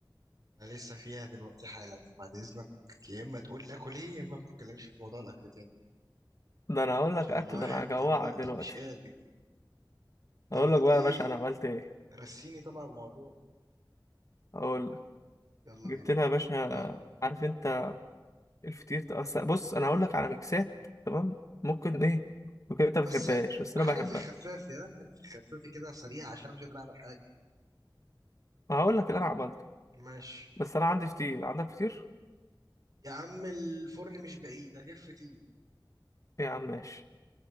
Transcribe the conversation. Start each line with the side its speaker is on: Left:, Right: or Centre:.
Right: انا لسه فيها دلوقتي حالا فبعد اذنك يا اما تقول لاكل ايه يا اما ما تتكلمش في موضوع الاكل تاني
Left: ده انا اقول لك
Right: عشان
Left: اكل
Right: الواحد
Left: ده انا هجوعك
Right: دلوقتي
Left: دلوقتي
Right: مش قادر طب
Left: اقول
Right: ما
Left: لك
Right: ت-
Left: بقى
Right: ايه
Left: يا باشا انا عملت ايه
Right: رسيني طبعا الموضوع
Left: اقول لك
Right: يلا
Left: جبت
Right: بينا
Left: لها يا باشا
Right: اه
Left: عارف انت الفطير ده أصل بص انا هقول لك على ميكسات تمام ممكن ايه ممكن انت ما
Right: بس
Left: بتحبهاش بس
Right: حاجه
Left: انا بحبها
Right: في الخفاف يا حاجه في الخفاف كده سريعه عشان انا مش قادر اعمل حاجه
Left: هقول لك اللي انا عملته
Right: ماشي
Left: بس انا عندي فطير عندك فطير
Right: يا عم الفرن مش بعيد اجيب فطير
Left: إيه يا عم ماشي